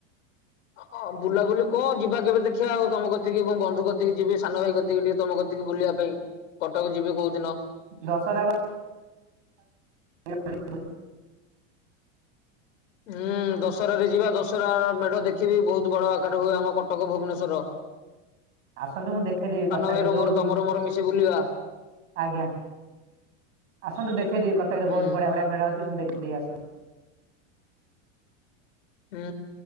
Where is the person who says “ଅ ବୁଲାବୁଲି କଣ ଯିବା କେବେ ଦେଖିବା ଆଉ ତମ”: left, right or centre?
Left